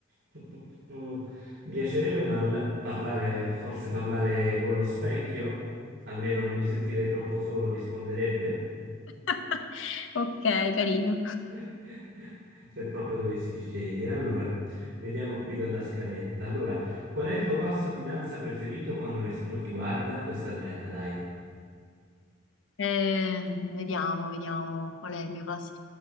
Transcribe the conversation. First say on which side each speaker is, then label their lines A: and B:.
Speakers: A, on the right; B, on the left.
A: pu- pu- pu- pu- Mi piacerebbe marla- parlare, forse parlare con lo specchio? Almeno non mi sentirei troppo solo, risponderebbe.
B: <laughs> Ok, carino.
A: <laughs> Se proprio dovessi scegliere. Allora, vediamo qui dalla scaletta. Allora, qual è il tuo passo di danza preferito quando nessuno ti guarda? Questa è bella, dai.
B: Eh, vediamo, vediamo qual è il mio passo.